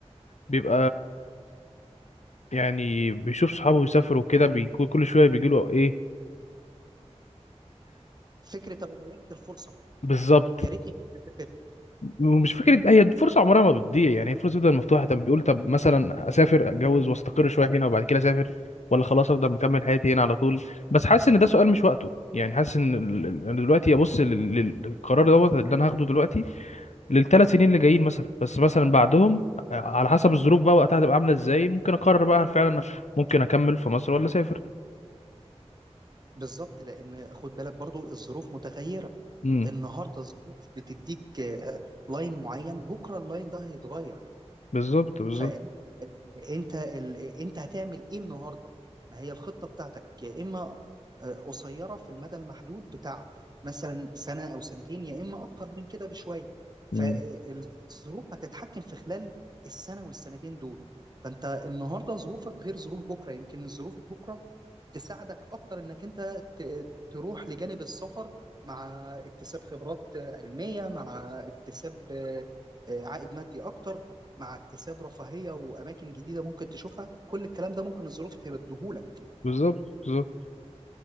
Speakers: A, on the left (about 85°); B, on the right (about 35°).
A: بيبقى يعني بيشوف صحابه يسافروا كده بيكون كل شويه بيجيله ايه
B: فكره انا ضيعت الفرصه
A: بالظبط
B: يا ريتني كنت سافرت
A: ومش فكره هي فرصه عمرها ما بتضيع يعني هي فرصه بتفضل مفتوحه طب بيقول طب مثلا اسافر اتجوز واستقر شويه هنا وبعد كده اسافر ولا خلاص افضل مكمل حياتي هنا على طول بس حاسس ان ده سؤال مش وقته يعني حاسس ان ال- ال- انا دلوقتي ابص لل- لل- للقرار دوت اللي انا هاخده دلوقتي للثلاث سنين اللي جايين مثلا بس مثلا بعدهم آه، على حسب الظروف بقى وقتها هتبقى عامله ازاي ممكن اقرر بقى هل فعلا ممكن اكمل في مصر ولا اسافر
B: بالظبط لان خد بالك برضو الظروف متغيره
A: امم
B: النهارده الظروف بتديك آه، لاين معين بكره اللاين ده هيتغير
A: بالظبط بالظبط
B: فانت انت ال... انت هتعمل ايه النهارده ما هي الخطه بتاعتك يا اما آه، قصيره في المدى المحدود بتاع مثلا سنه او سنتين يا اما اكتر من كده بشويه فالظروف
A: مم.
B: هتتحكم في خلال السنه والسنتين دول فانت النهارده ظروفك غير ظروف بكره يمكن الظروف بكره تساعدك اكتر انك انت ت- تروح لجانب السفر مع اكتساب خبرات علميه مع اكتساب آه، آه، عائد مادي اكتر مع اكتساب رفاهيه واماكن جديده ممكن تشوفها كل الكلام ده ممكن الظروف تبديهولك
A: بالظبط بالظبط